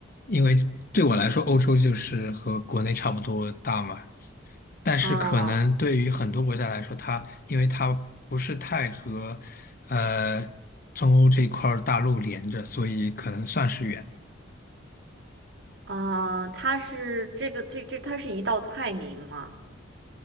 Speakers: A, on the left; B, on the right.
A: 因为对我来说，欧洲就是和国内差不多大嘛，但是可能对于很多国家来说，
B: 嗯
A: 它因为它不是太和呃中欧这块儿大陆连着，所以可能算是远。
B: 啊，它是这个这这它是一道菜名吗？